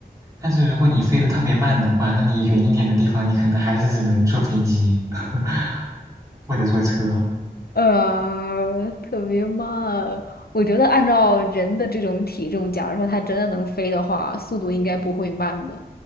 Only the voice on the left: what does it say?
呃，特别慢。我觉得按照人的这种体重，假如说它真的能飞的话，速度应该不会慢的。